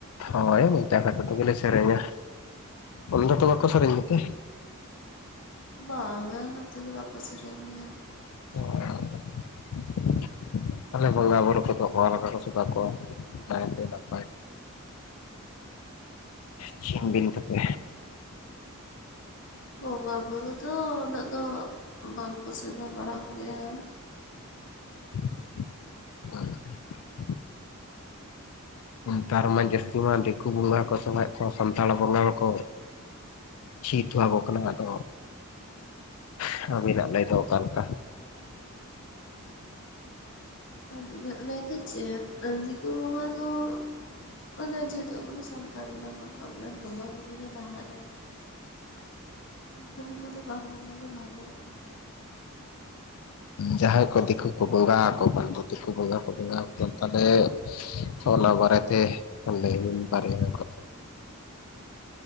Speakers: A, on the left; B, on the left.
A: ᱦᱳᱭ ᱢᱚᱪᱟ ᱠᱷᱟᱛᱷᱟ ᱛᱮᱜᱮᱞᱮ ᱥᱮᱨᱮᱧᱟ, ᱩᱱ ᱫᱚ ᱛᱚ ᱵᱟᱠᱚ ᱥᱮᱨᱮᱧ ᱜᱮᱛᱮ?
B: ᱵᱟᱝᱼᱟ, ᱱᱚᱛᱮ ᱫᱚ ᱵᱟᱠᱚ ᱥᱮᱨᱮᱧ ᱜᱮᱭᱟ᱾
A: <unintelligible> ᱛᱟᱦᱞᱮ <unintelligible> ᱵᱩᱨᱩ ᱠᱚᱫᱚ, <unintelligible> ᱱᱟᱭ ᱛᱮ ᱱᱟᱯᱟᱭ ᱛᱮ᱾ ᱪᱷᱤᱱ ᱵᱤᱢ ᱠᱚᱛᱮ᱾
B: ᱵᱚᱸᱜᱟ ᱵᱩᱨᱩ ᱫᱚ ᱩᱱᱟᱹᱜ ᱫᱚ, ᱵᱟᱝᱠᱚ ᱥᱮᱵᱟ ᱵᱟᱲᱟ ᱠᱚᱜᱮᱭᱟ᱾
A: <unintelligible> ᱱᱮᱛᱟᱨ ᱢᱟ ᱡᱟᱹᱥᱛᱤ ᱢᱟ ᱫᱤᱠᱩ ᱵᱚᱸᱜᱟ ᱠᱚ ᱥᱮᱵᱟᱭᱮᱫ ᱠᱚᱣᱟ ᱥᱟᱱᱛᱟᱲ ᱵᱚᱸᱜᱟ ᱢᱟᱠᱚᱼᱼ ᱪᱷᱤ ᱛᱷᱚᱣᱟ ᱠᱚ ᱠᱟᱱᱟ ᱟᱫᱚ, <unintelligible> ᱟᱹᱵᱤᱱᱟᱜ ᱞᱟᱹᱭ ᱫᱚ ᱚᱠᱟ‌ ᱞᱮᱠᱟ?
B: ᱟᱨ ᱤᱧᱟᱹᱜ ᱞᱟᱹᱭ ᱫᱚ ᱪᱮᱜ, ᱟᱸ, ᱫᱤᱠᱩ ᱵᱚᱸᱜᱟ ᱫᱚ, ᱢᱟᱱᱮ ᱡᱮᱦᱮᱛᱩ ᱟᱵᱚ ᱫᱚ ᱥᱟᱸᱼᱼ <unintelligible> ᱟᱵᱚᱨᱮᱱ ᱵᱚᱸᱜᱟ ᱵᱩᱨᱩ ᱜᱮ ᱞᱟᱦᱟ ᱨᱮ᱾ ᱫᱤᱠᱩ ᱵᱚᱸᱜᱟ ᱫᱚ ᱵᱟᱝ ᱵᱚᱸᱜᱟ ᱜᱮ ᱵᱷᱟᱞᱮᱼᱟ᱾ <inaudible>
A: ᱡᱟᱦᱟᱸᱭ ᱠᱚ ᱫᱤᱠᱩ ᱠᱚ ᱵᱚᱸᱜᱟ ᱟᱠᱚ ᱠᱟᱱ ᱫᱚ, ᱫᱤᱠᱩ ᱵᱚᱸᱜᱟ ᱠᱚ ᱵᱚᱸᱜᱟ ᱟᱠᱚ ᱠᱟᱱ ᱛᱟᱦᱚᱞᱮᱼᱼ ᱚᱱᱟ ᱵᱟᱨᱮ ᱛᱮ, ᱞᱟᱹᱭ ᱵᱤᱱ ᱵᱟᱨᱭᱟ ᱠᱟᱛᱷᱟ᱾